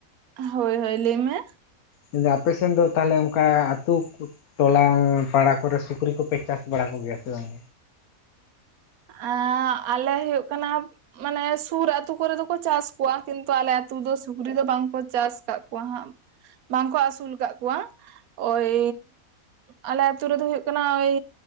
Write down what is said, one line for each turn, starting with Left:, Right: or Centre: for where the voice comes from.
Right: ᱦᱳᱭ ᱦᱳᱭ ᱞᱟᱹᱭᱢᱮ
Left: ᱢᱮᱱ ᱫᱤᱧ ᱟᱯᱮᱥᱮᱱ ᱫᱚ ᱛᱟᱦᱞᱮ ᱚᱱᱠᱟ ᱟᱹᱛᱩ ᱴᱚᱞᱟ ᱯᱟᱲᱟ ᱠᱚᱨᱮ ᱥᱩᱠᱨᱤ ᱠᱚᱯᱮ ᱪᱟᱥ ᱵᱟᱲᱟ ᱠᱚᱜᱮᱭᱟ ᱥᱮ ᱵᱟᱝ
Right: ᱟ... ᱟᱞᱮ ᱦᱩᱭᱩᱜ ᱠᱟᱱᱟ ᱢᱟᱱᱮ ᱥᱩᱨ ᱟᱹᱛᱩ ᱠᱚᱨᱮ ᱫᱚᱠᱚ ᱪᱟᱥ ᱠᱚᱣᱟ ᱠᱤᱱᱛᱩ ᱟᱞᱮ ᱟᱹᱛᱩ ᱫᱚ ᱥᱩᱠᱨᱤ ᱫᱚ ᱵᱟᱝᱠᱚ ᱪᱟᱥ ᱠᱟᱜ ᱠᱚᱣᱟ ᱦᱟᱸᱜ ᱵᱟᱝᱠᱚ ᱟᱥᱩᱞ ᱠᱟᱫ ᱠᱚᱣᱟ ᱳᱭ.... ᱟᱞᱮ ᱟᱛᱩ ᱨᱮᱫᱚ ᱦᱩᱭᱩᱜ ᱠᱟᱱᱟ ᱳᱭ